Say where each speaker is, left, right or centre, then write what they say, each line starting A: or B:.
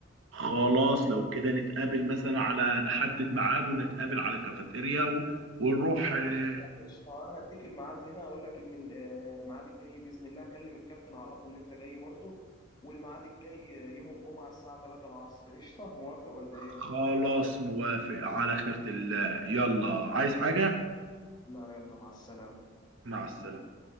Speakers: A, on the right; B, on the left.
A: خلاص لو كده نتقابل مثلا على نحدد ميعاد ونتقابل على كافيتيريا و... ونروح
B: خلاص
A: آه،
B: بص لا قشطه انا هديك الميعاد هنا اقول لك ان ال- آه، الميعاد الجاي باذن الله اكلم الكابتن اعرفه ان انت جاي برضه والميعاد الجاي آه، يوم الجمعه الساعه 3 العصر قشطه موافق ولا
A: خلاص
B: ايه
A: موافق على خيرة الله يلا عايز حاجة
B: لا يلا مع السلامه
A: مع السلامة